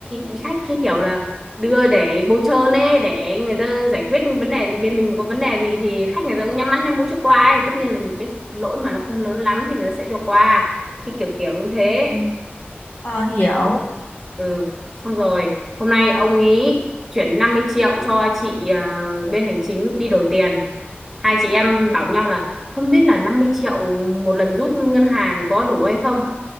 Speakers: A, in the centre; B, on the left.
A: đi khách cái kiểu là đưa để bôi trơn ấy để người ta giải quyết vấn đề gì bên mình mà có vấn đề gì thì khách người ta cũng nhắm mắt nhắm mũi cho qua ấy. tất nhiên là những cái lỗi mà nó không lớn lắm thì người ta sẽ cho qua cái kiểu kiểu như thế
B: Ừ. Ờ, hiểu.
A: ừ xong rồi hôm nay ông ý chuyển 50 triệu cho chị ờ, bên hành chính đi đổi tiền hai chị em bảo nhau là không biết là 50 triệu một lần rút ngân hàng có đủ hay không